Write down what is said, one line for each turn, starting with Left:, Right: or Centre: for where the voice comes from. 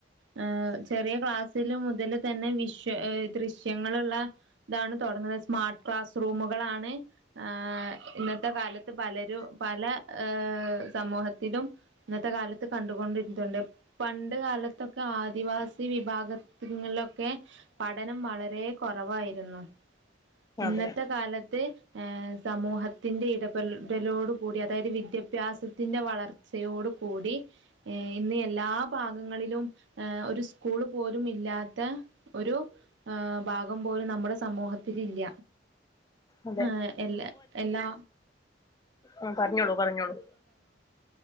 Right: ആ ചെറിയ ക്ലാസ് ഇല് മുതൽ തന്നെ വിഷ ദൃശ്യങ്ങളുള്ള ഇതാണ് തുടങ്ങുന്നത് സ്മാർട്ട് ക്ലാസ് റൂമുകളാണ് ആ ഇന്നത്തെ കാലത്ത് പലരു പല ഏ സമൂഹത്തിലും ഇന്നത്തെ കാലത്ത് കണ്ടുകൊണ്ടിരുന്നുണ്ട് പണ്ട് കാലത്തൊക്കെ ആദിവാസി വിഭാഗത്തിങ്ങളിലൊക്കെ പഠനം വളരെ കൊറവായിരുന്നു ഇന്നത്തെ
Left: അതെ
Right: കാലത്തെ ഏ സമൂഹത്തിന്റെ ഇട ൽ ദലോടു കൂടി അതായത് വിദ്യാഭ്യാസത്തിന്റെ വളർ ഉച്ചയോട് കൂടി ഈ ഇന്ന് എല്ലാ ഭാഗങ്ങളിലും ഏ ഒരു സ്കൂള് പോലും ഇല്ലാത്ത ഒരു ആ ബാഗം പോലും നമ്മുടെ സമൂഹത്തിലില്ല
Left: അതെ
Right: ആ എല്ല എല്ലാ
Left: ആ പറഞ്ഞോളൂ പറഞ്ഞോളൂ